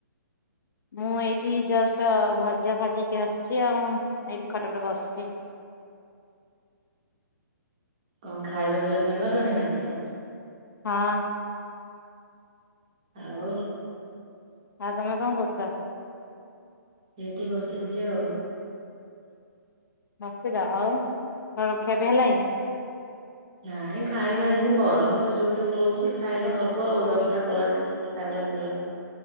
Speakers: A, on the left; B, on the right.
A: ମୁଁ, ଏଇଠି ଜଷ୍ଟ ଭଜା ଭାଜିିକି, ଆସିଛି ଆଉ ୲ଏଇଠି ଖଟ, ପଟ ବସିଛି।
B: କଣ, ଖାଇବା ପିଇବା ପାଇଁ ଗଲେଣି, ନା କଣ?
A: ହଁ।
B: ଆଉ।
A: ଆଉ ତମେ, କଣ କରୁଛ?
B: ଏଇଠି, ବସି ଥିଲି, ଆଉ ୲
A: <inaudible> ଆଉ। <inaudible>
B: ନାଇଁ, ଖାଇବାହେଇନି ଗ ଗରମ, ତ ଜୋରରେ ହଉଛି, ଖାଇବା ହବ ଦଶଟା ପରେ ଖାଇବା, ପିଇବା।